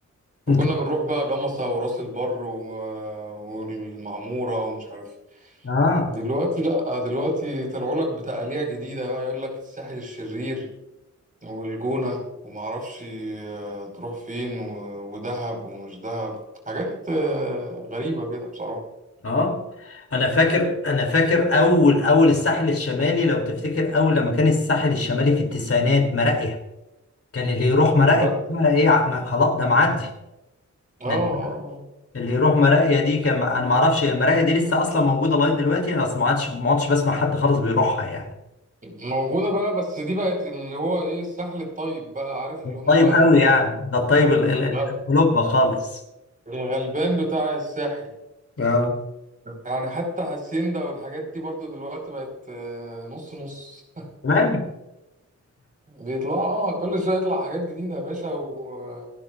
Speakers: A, on the left; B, on the right.
A: انت
B: وكنا بنروح بقى جمصة وراس البر و... والمعمورة ومش عارف
A: اه
B: دلوقتي لا دلوقتي طلعوا لك بتقاليع جديدة بقى يقول لك الساحل الشرير والجونة وما اعرفش آه، تروح فين و- ودهب ومش دهب حاجات آه، غريبة كده بصراحة
A: اه انا فاكر انا فاكر اول اول الساحل الشمالي لو تفتكر اول لما كان الساحل الشمالي في التسعينات مراقيه كان اللي يروح مراقيه
B: لا اه
A: بقى ايه ع- ما- خلاص ده معدي
B: اه
A: ده اللي يروح مراقيا دي كان انا ما اعرفش مراقيا دي لسه اصلا موجوده لغايه دلوقتي انا أصلاً ما عادش ما عادش بسمع حد خالص بيروحها يعني
B: آه. موجودة بقى بس دي بقت اللي هو ايه الساحل الطيب بقى عارف اللي هم
A: طيب
B: ي-
A: قوي يعني ده الطيب ال- ال-
B: الغ-
A: القلوب خالص
B: الغلبان بتاع الساحل
A: اه
B: يعني حتى هاسيندا والحاجات دي برضو دلوقتي بقت آه، نص نص
A: تمام
B: بيطلع اه كل شويه يطلع حاجات جديده يا باشا و...